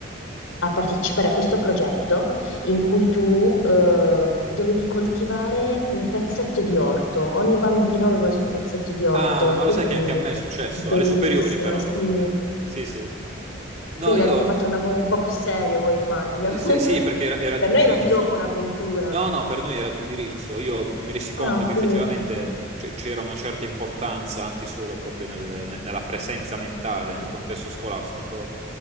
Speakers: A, on the left; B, on the right.
A: a partecipare a questo progetto in cui tu eh, dovevi coltivare un pezzetto di orto. Ogni bambino aveva il suo pezzetto di orto
B: Ah,
A: e
B: ma
A: quindi
B: lo sai che anche a me è successo,
A: bellissimo,
B: alle superiori però.
A: sì.
B: Eh, Sì, sì. No,
A: Quindi
B: io...
A: l'avete fatto una- un
B: eh,
A: po' più serio, voi immagino.
B: eh,
A: <laughs>
B: Sì, sì, perché era, era
A: Per
B: di indirizzo.
A: noi era un gioco, un'avventura.
B: No, no, per noi era di indirizzo. Io mi resi conto
A: Ah,
B: che effettivamente
A: sì.
B: cioè, c'era una certa importanza anche solo proprio nel- ne- nella presenza mentale, nel contesto scolastico,